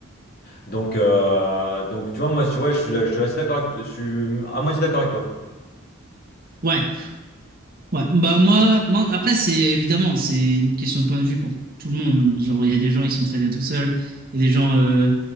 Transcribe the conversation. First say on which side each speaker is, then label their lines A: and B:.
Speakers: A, on the left; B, on the right.
A: donc, euh, donc, tu vois, moi, tu vois, je suis, là- je suis assez d'accord avec, je suis à moitié d'accord avec toi.
B: Ouais, ouais. Bah moi, moi après c'est évidemment c'est une question de point de vue pour tout le monde. Genre il y a des gens ils sont très bien tout seuls, il y a des gens, euh,